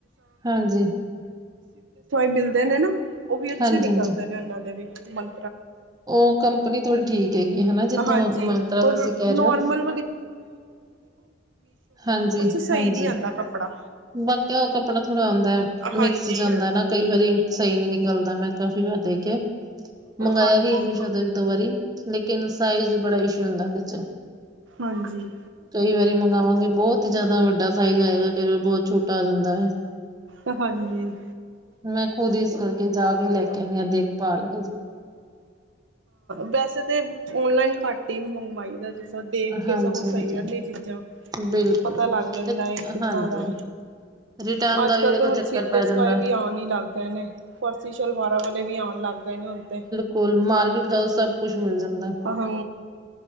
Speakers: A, on the right; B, on the right.
A: ਹਾਂਜੀ
B: ਮਿਲਦੇ ਨੇ ਨਾ ਉਹ ਵੀ ਅੱਛੇ
A: ਹਾਂਜੀ-ਹਾਂਜੀ
B: ਨਿਕਲਦੇ ਨੇ ਇਹਨਾਂ ਦੇ ਵੀ ਮੰ
A: ਉਹ ਕੰਪਨੀ ਥੋੜੀ ਠੀਕ ਹੈਗੀ ਹਨਾ ਜਿਥੋਂ
B: ਹਾਂਜੀ
A: ਮੈਨੂੰ ਤਾਂ
B: ਔਰ
A: ਤੁਸੀਂ ਕਹਿ
B: ਨੋਰਮਲ
A: ਰਹੇ ਹੋ ਹਾਂਜੀ-ਹਾਂਜੀ
B: ਸਹੀ ਨਹੀਂ ਆਂਦਾ ਕੱਪੜਾ
A: ਬਾਕੀ ਕੱਪੜਾ ਥੋੜ੍ਹਾ ਆਉੁੰਦਾ
B: ਹਾਂਜੀ
A: ਮਿਕਸ ਜਾਂਦਾ ਨਾ ਕਈ ਵਾਰੀ ਸਹੀ ਨਹੀਂ ਨਿਕਲਦਾ ਮੈਂ ਤਾਂ ਫਿਰ ਦੇਖਿਆ ਮੰਗਾਇਆ
B: ਹਾਂਜੀ
A: ਵੀ ਅਮਿਤੋ ਵਾਰੀ ਲੇਕਿਨ ਸਾਈਜ਼ ਬੜਾ ਇਸ਼ੂ ਹੁੰਦਾ ਵਿੱਚ
B: ਹਾਂਜੀ
A: ਕਈ ਵਾਰੀ ਮੈਂ ਬਹੁਤ ਜਿਆਦਾ ਵੱਡਾ ਸਾਈਜ਼ ਆਏਗਾ ਕਿਵੇਂ ਬਹੁਤ ਛੋਟਾ ਆ ਜਾਂਦਾ
B: ਹਾਂਜੀ
A: ਮੈਂ ਖੁਦ ਇਸ ਕਰਕੇ ਜਾ ਵੀ ਲੈ ਕੇ ਆਉਦੇ ਆਂ ਦੇਖਭਾਲ
B: ਵੈਸੇ ਤੇ ਆਨਲਾਈਨ ਫੱਟੀ ਮੁੰਬਈ ਦਾ ਤਾਂ ਦੇਖ ਕੇ
A: ਹਾਂਜੀ
B: ਸਗੋਂ
A: ਹਾਂਜੀ
B: ਸਹੀ ਆਦੀ ਚੀਜ਼ਾਂ
A: ਬਿਲਕੁਲ
B: ਪਤਾ
A: ਜੀ
B: ਲੱਗ ਜਾਂਦਾ
A: ਤੇ
B: ਕਿੱਦਾਂ
A: ਹਾਂਜੀ
B: ਦਾ
A: ਰਿਟਰਨ
B: ਅੱਜ
A: ਦਾ ਵੀ
B: ਕੱਲ
A: ਦੇਖੋ
B: ਤੇ ਹੁਣ
A: ਚੱਕਰ
B: ਸੀਤੇ
A: ਪੈ ਜਾਂਦਾ
B: ਸਿਵਾਏ ਵੀ ਆਨ ਹੀ ਲੱਗ ਰਹੇ ਨੇ ਫਾਰਸੀਅਲ ਵਾਲੇ ਵੀ ਆਉਣ ਲੱਗ ਗ ਨ ਹੁੰ ਤੇ
A: ਗੋਲ ਮਾਰਕ ਦਾ ਸਭ ਕੁਝ ਮਿਲ ਜਾਂਦਾ
B: ਹਾਂ